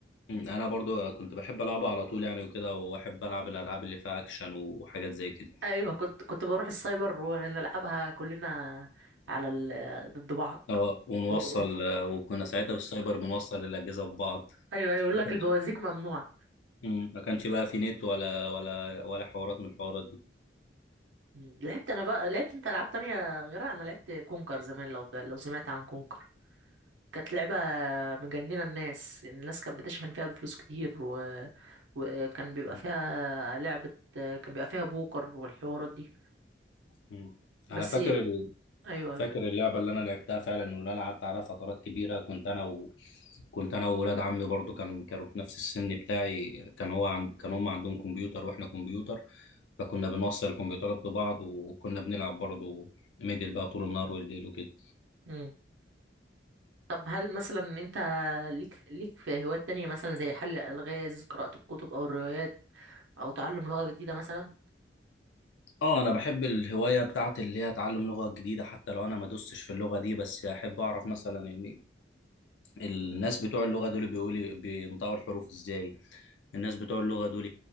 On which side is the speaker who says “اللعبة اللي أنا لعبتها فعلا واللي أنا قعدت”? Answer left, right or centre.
Left